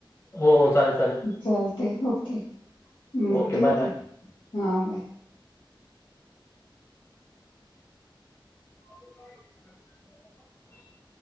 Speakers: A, on the left (about 30°); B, on the left (about 75°).
A: हो हो चालेल चालेल
B: चालते ओके ठेवू
A: ओके बाय बाय
B: काय बाय
A: <inaudible>